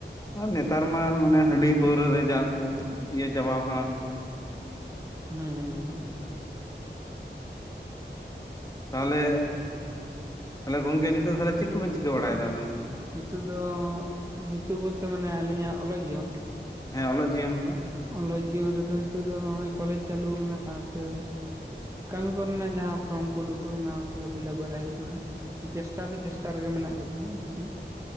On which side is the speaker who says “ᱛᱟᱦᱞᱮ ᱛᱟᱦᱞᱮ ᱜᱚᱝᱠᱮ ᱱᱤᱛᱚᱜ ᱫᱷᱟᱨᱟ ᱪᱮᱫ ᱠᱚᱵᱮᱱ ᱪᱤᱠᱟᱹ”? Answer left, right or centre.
Left